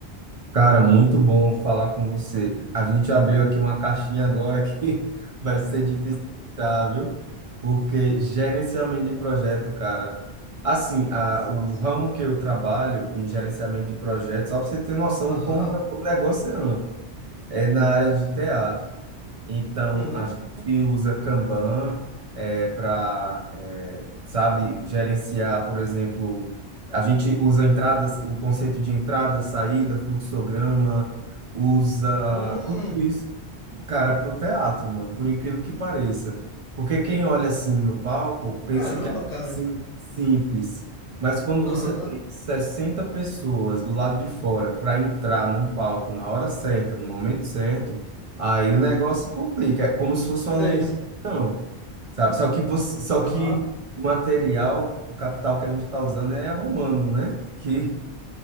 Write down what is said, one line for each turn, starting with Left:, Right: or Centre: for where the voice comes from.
Right: Cara, muito bom falar com você. A gente abriu aqui uma caixinha agora que <laughs> vai ser difícil fechar, viu? Porque gerenciamento de projeto, cara. Assim, a,
Left: Nossa.
Right: o ramo que eu trabalho em gerenciamento de projetos, só para você ter noção
Left: Aham.
Right: como é, o negócio é amplo é na área de teatro. Então,
Left: Uhum.
Right: a gente usa Kanban para, sabe, gerenciar, por exemplo, a gente usa entradas, o conceito de entrada, saída, fluxograma, usa
Left: Hum,
Right: tudo isso, cara, para o teatro, mano, por incrível que pareça. Porque quem olha assim no palco pensa
Left: caramba,
Right: que é algo
Left: cara.
Right: assim simples. Mas quando
Left: Aham,
Right: você 60 pessoas do lado de fora para entrar num palco na hora certa, no momento certo, aí o negócio complica. É como se fosse
Left: sei.
Right: uma linha de produção, sabe? Só que você, só
Left: Aham,
Right: que o material, o capital que a gente está usando é humano, né? Que